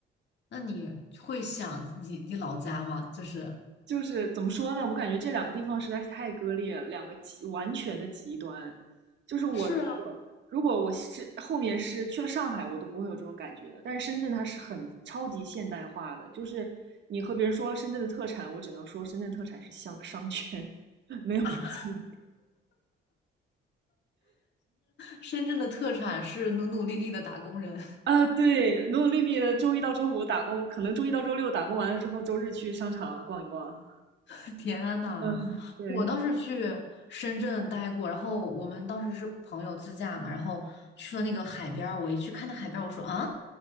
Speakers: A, on the left (about 60°); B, on the right (about 65°).
A: 那你会想你你老家吗？就是
B: 就是怎么说呢？我感觉这两个地方实在是太割裂了，两个极完全的极端。就是我如果如果我是后面是去了上海，
A: 是
B: 我都不会有这种感觉的。但是深圳它是很超级现代化的，就是你和别人说深圳的特产，我只能说深圳特产是香商圈，<laughs> 没有什么
A: 啊，<laughs> 深圳的特产是努努力力的打工人。
B: 啊。对，努努力力的周一到周五打工，可能周一到周六打工完了之后，周日去商场逛一逛。
A: <laughs> 天呐，
B: 嗯，对，
A: 我当时去深圳待过，然后我们当时是朋友自驾嘛，然后去了那个海边儿，我一去看那海边儿，我说啊，